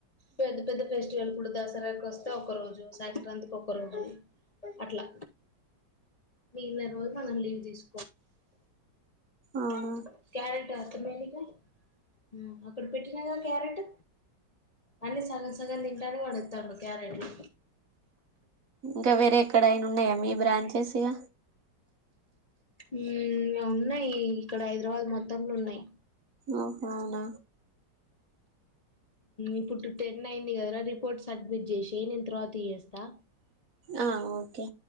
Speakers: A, on the left; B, on the right.
A: పెద్ద పెద్ద ఫెస్టివల్ కుడు దస్ ర కస్తె ఒక రోజు సంక్రాంతి కి ఒక రోజు అట్లా మిగిలిన రోజు మనం లీవ్ తీసు
B: అవునా
A: ఉ క్యారెట్ కష్టమే ఇగ ఆ అక్కడ పెట్టినా కద క్యారెట్ అన్ని సగం సగం తింటాండు పడేత్తండు క్యారెట్లో
B: ఇంకా వేరే ఎక్కడైనా ఉన్నాయా మీ బ్రాంచెస్ ఇగ
A: ఈ ఇగ ఉన్నయి ఇక్కడ హైదరాబాద్ మొత్తం లో ఉన్నాయి
B: ఓహో అవునా
A: ఇప్పుడు టెన్ అయింది కదరా రిపోర్ట్ సబ్మిట్ చేసేయ్ నేను తర్వాత చేస్తా
B: ఆ ఓకే